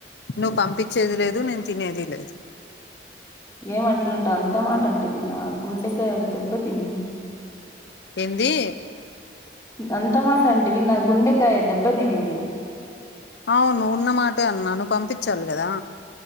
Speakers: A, on the left; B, on the left.
A: నువ్వు పంపించేది లేదు నేను తినదిలేదు.
B: ఏమిఅట్లాంటావ్ అంత మాట అంటివి నా గుండెకాయ్ దెబ్బతిని
A: హిందీ
B: అంత మాట అంటివి నా గుండెకాయ దెబ్బ తినింది.
A: అవునువున్న మాటే అన్నాను. నువ్ పంపించాలి కదా!